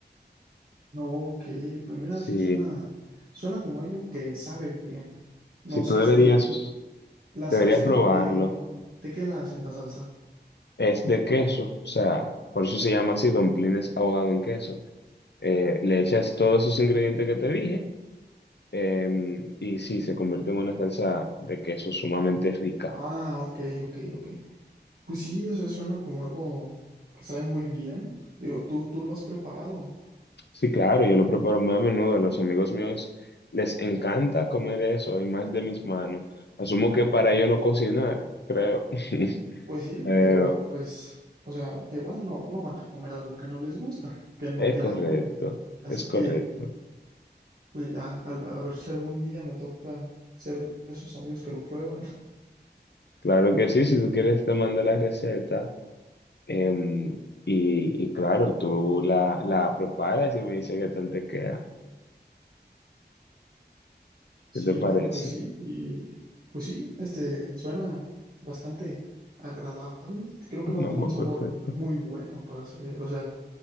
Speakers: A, on the right; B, on the left.
A: No, ok, pues mira,
B: Si,
A: sí suena, suena como algo que sabe bien. No
B: si tú
A: sé,
B: deberías,
A: este, la
B: deberías
A: salsa
B: probarlo,
A: de qué, de qué la hacen la salsa.
B: es de queso, o sea, por eso se llama así, domplines ahogado en queso. Eh, le echas todos esos ingredientes que te dije Eh, y sí, se convierte en una salsa de queso sumamente rica.
A: Ah, ok, ok, ok. Pues sí, eso suena como algo que sabe muy bien. Digo, tú, tú lo has preparado.
B: Sí, claro, yo lo preparo muy a menudo. A los amigos míos les encanta comer eso y más de mis manos. Asumo que para ello no cocinar, creo. <laughs>
A: Pues sí,
B: Pero
A: pero pues, o sea, igual no, no van a comer algo que no les gusta, que no
B: es
A: queda
B: correcto,
A: bueno. Así
B: es correcto.
A: que, pues ya, al- a ver si algún día me toca ser de esos amigos que lo prueban.
B: Claro que sí, si tú quieres te mando la receta. em, y, y claro, tú la, la preparas y me dices qué tal te queda. ¿Qué
A: Sí,
B: te parece?
A: claro que sí. Y pues sí, este suena bastante agradable. Creo que
B: No,
A: va a tener
B: pues
A: un sabor
B: perfecto.
A: muy bueno para hacer. O sea,